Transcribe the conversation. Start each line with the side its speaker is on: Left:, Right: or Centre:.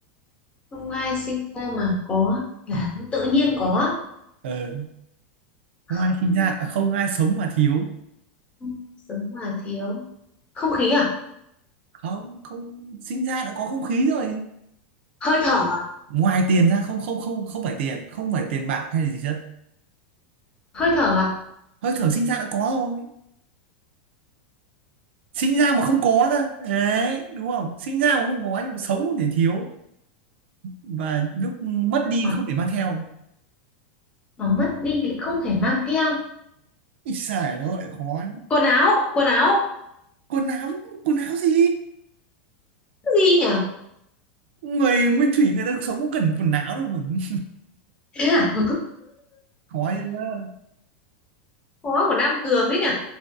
Left: không ai sinh ra mà có
Right: <laughs>
Left: là
Right: ừ.
Left: nó tự nhiên có
Right: Ờ,
Left: không,
Right: không ai sinh ra à, không ai sống mà thiếu
Left: không sống mà thiếu không khí à
Right: không không sinh ra đã có không khí rồi
Left: hơi thở à
Right: ngoài tiền ra không không không không phải tiền không phải tiền bạc hay là gì hết
Left: hơi thở à
Right: hơi thở sinh ra đã có rồi sinh ra mà không có ra đấy đúng không sinh ra mà không có nhưng mà sống không thể thiếu và lúc mất đi
Left: mà
Right: không thể mang theo
Left: mà mất đi lại không thể mang theo
Right: ít xài nó lại khó
Left: quần áo quần áo
Right: quần áo quần áo gì
Left: cái gì nhở
Right: người nguyên thủy người ta sống cũng cần quần áo đâu mà <laughs>
Left: thế à <laughs>
Right: khó chưa
Left: khó của Nam Cường đấy nhở